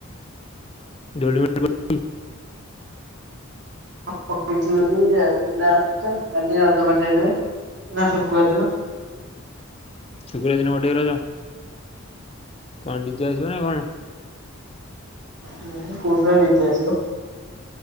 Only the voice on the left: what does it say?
<unintelligible>
ଶୁକ୍ରୁବର ଦିନ କଟେଇବୁ ରଜ। କଣ ଡ଼ି ଜେ ବାଜିବ ନା କଣ।